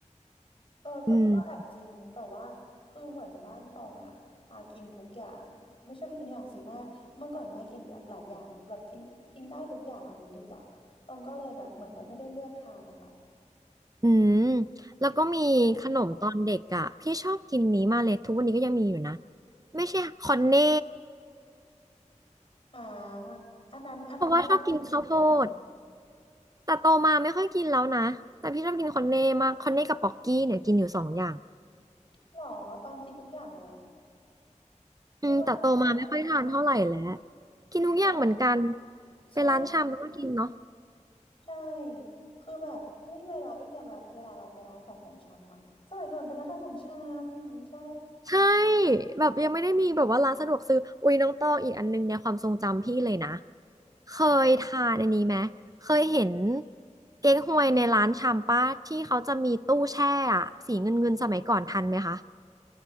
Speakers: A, on the left (about 45°); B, on the right (about 30°).
A: เออก็ก็แอบจริงแต่ว่าคือเหมือนบ้านตองอ่ะพากินทุกอย่างไม่ใช่พากินทุกอย่างสิแม่เมื่อก่อนแม่กินหลาหลายอย่างแบบกินกินได้ทุกอย่างเอาอย่างนี้ดีกว่าตองก็เลยแบบเหมือนแบบไม่ได้เลือกทานนะคะ
B: อืมอืมแล้วก็มีขนมตอนเด็กอ่ะพี่ชอบกินนี้มากเลยทุกวันนี้ก็ยังมีอยู่นะ
A: ใช่
B: ไม่ใช่คอนเน่
A: อ่าอันนั้นอันนั้นก็จริงๆเป็นเหมือนกัน
B: เพราะว่าชอบกินข้าวโพด แต่โตมาไม่ค่อยกินแล้วนะแต่พี่ชอบกินคอนเน่มากคอนเน่กับป๊อกกี้เนี่ยกินอยู่สองอย่าง
A: หรอตองกินทุกอย่างเลยอ่ะ
B: อืมแต่โตมาไม่ค่อยทานเท่าไหร่แล้ว
A: ไม่ว่าจะอะไรก็แล้วแต่
B: กินทุกอย่างเหมือนกัน
A: แบบ
B: ไปร้านชำแล้วก็กินเนาะ
A: ใช่ใช่คือแบบวิ่งเวลาวิ่งเนี่ยแบบเวลาเราไปร้านขายของชำอ่ะสมัยก่อนเป็นร้านขายของชำใช่
B: ใช่แบบยังไม่ได้มีแบบว่าร้านสะดวกซื้ออุ้ยน้องตองอีกอันนึงในความทรงจำพี่เลยนะเคยทานอันนี้ไหมเคยเห็นเก๊กฮวยในร้านชำป้าที่เขาจะมีตู้แช่อะสีเงินเงินสมัยก่อนทันไหมคะ